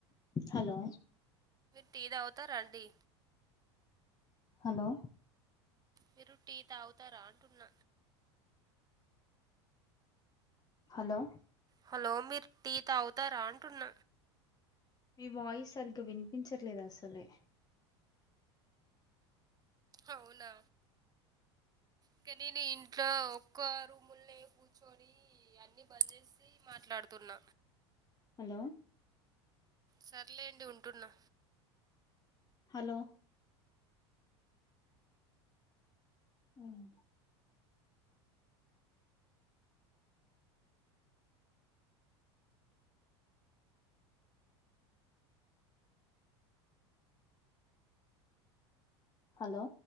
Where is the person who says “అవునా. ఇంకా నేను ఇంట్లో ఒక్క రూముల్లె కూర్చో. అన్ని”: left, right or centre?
Right